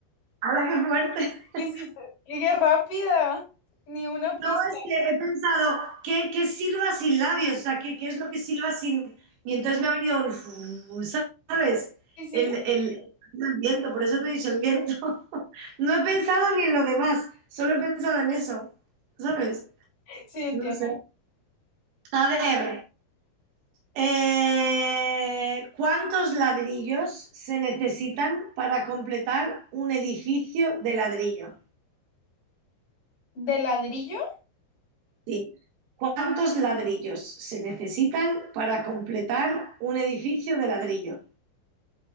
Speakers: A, on the right (about 80°); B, on the left (about 45°).
A: ¿Ah, la que fuerte! <laughs>
B: lo hiciste. ¡Qué rápida! Ni una pista.
A: No, es que he pensado, ¿qué, qué silba sin labios? O sea, ¿qué, qué es lo que silba sin...? Y entonces me ha venido, <laughs> el- ¿sabes?
B: Sí, sí,
A: El, el, el viento, por eso te he dicho el viento. <laughs> No he pensado ni en lo demás, solo he pensado en eso, ¿sabes?
B: sí, entiendo.
A: No sé. A ver, eh, ¿cuántos ladrillos se necesitan para completar un edificio de ladrillo?
B: ¿De ladrillo?
A: Sí. ¿Cuántos ladrillos se necesitan para completar un edificio de ladrillo?